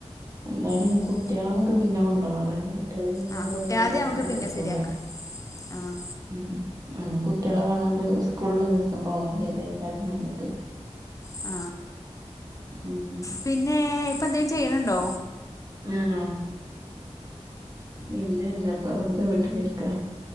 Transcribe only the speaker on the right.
എന്തായാലും
കുട്ടികളെ നമ്മുക്ക് പിന്നെ കൊണ്ടുപോവാ കാരണം കുട്ടികളെ കൊണ്ടൊക്കെ
പോയി
നമ്മളൊക്ക
നടക്കൂല
ഉം നമ്മ കുട്ടികളെ കാണാണ്ട് ഉസ്കൂളിള്ള ദിവസം പോവാല്ലേ അതേ കാര്യം നല്ലത്
ഉം
അണോ? ഇല്ല ഇല്ല പ്പൊ വെർതെ വീട്ടിലിരിക്ക.